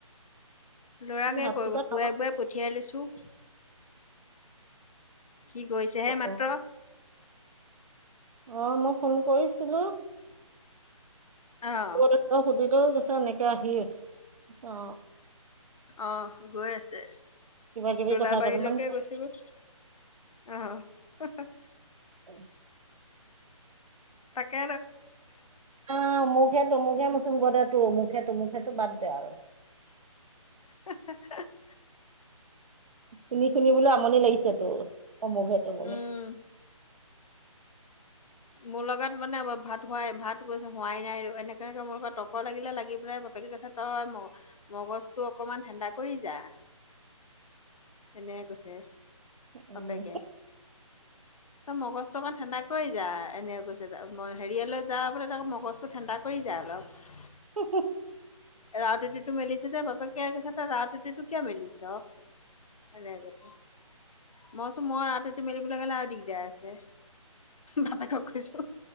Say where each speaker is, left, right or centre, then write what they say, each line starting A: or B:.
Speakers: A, on the left (about 85°); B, on the right (about 80°).
A: লৰাকে
B: ভাতকেইটা
A: খুৱাই
B: খাওঁ
A: বুৱাই পঠিয়াই লৈছো। সি গৈছে মাত্ৰ।
B: অ', অ' মই ফোন কৰিছিলো।
A: অ',
B: কত আছ সুধিলোঁ হি কৈছে এনেকে আহি আছো অ।
A: অহ গৈ আছে
B: কিবা কিবি
A: দোলাবাৰীলৈকে
B: কথা কেইটামান
A: গৈছে গৈ। অহ হুম
B: উম
A: তাকে
B: অমুকেটো অমু <unintelligible> মচুব দে তো মুখেতটো মখটো বাদ দে আৰু <unintelligible>
A: । <inaudible>
B: শুনি শুনিবলৈ আমনি লাগিছে তোৰ সন্মুখত।
A: উম, মোৰ লগত মানে ভাত হোৱাই ভাত কৈছে হোৱাই নাই আৰু এনেকনেকে মোৰ লগত তটৰ্কৰ লাগিলে লাগি পেলাই। বোক কছে তই ম মগজটো অকমান ঠাণ্ডা কৰি যায়। এনেকে কৈছে
B: উম।
A: বাপেকে। তো মগজটো অক ঠাণ্ডা। যাই এনেক কৈছে। হেৰিয়ালৈ যা পেললে ত মগজটো ঠাণ্ডা কৰি যায় অলপ।
B: হোহু হোহু
A: ৰা তিটো মেলিছে যে বাপে কৈছে ত ৰাততিটো কিয় মেলিছ। এনে কৈছে মইচো মই ৰা উতি মেলিবলৈ গ'লে আৰু দিগদাৰ আছে। বাপেকক কৈছো।